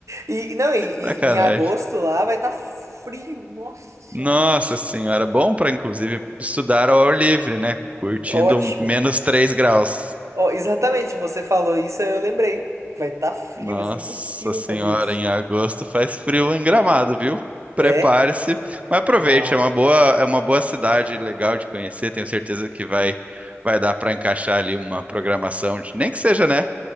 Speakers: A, on the right; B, on the right.
A: E e não, e,
B: Sacanagem.
A: e em agosto lá vai estar frio, nossa senhora.
B: Nossa senhora, bom para inclusive estudar ao ar livre, né? Curtindo
A: Ótimo.
B: um menos 3 graus.
A: Ó, exatamente, você falou isso, aí eu lembrei. Vai estar frio,
B: Nossa
A: vai ser impossível
B: senhora,
A: fazer isso.
B: em agosto faz frio em Gramado, viu? Prepare-se,
A: É?
B: mas aproveite,
A: Nó.
B: é uma boa, é uma boa cidade legal de conhecer, tenho certeza que vai vai dar para encaixar ali uma programação, de- nem que seja, né?